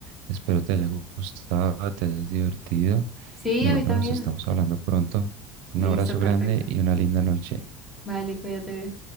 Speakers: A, on the right; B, in the centre.
A: Espero te haya gustado, te hayas divertido
B: Sí,
A: y
B: a
A: bueno,
B: mí también.
A: nos estamos hablando pronto. Un
B: Listo,
A: abrazo
B: perfecto.
A: grande y una linda noche.
B: Vale, cuídate.